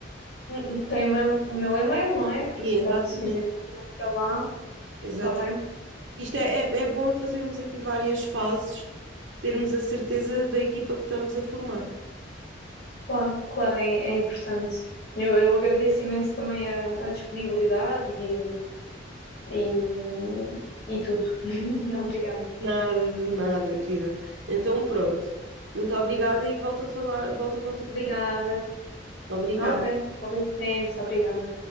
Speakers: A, on the left; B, on the right.
A: hum, hum, tem o meu, o meu e-mail, não é? Por
B: Sim,
A: isso
B: exatamente.
A: pode, se quiser ir para lá,
B: Exato.
A: está bem?
B: Isto é, é, é bom fazermos aqui várias fases, termos a certeza da equipa que estamos a formar.
A: Claro, claro, é, é importante. Eu, eu agradeço imenso também a, a disponibilidade e, e, e tudo. <laughs> Obrigada.
B: Nada de nada, querida. Então pronto. Muito obrigada e volto a falar, volto a contactar.
A: Obrigada.
B: Obrigada.
A: Ok, com licença, obrigada.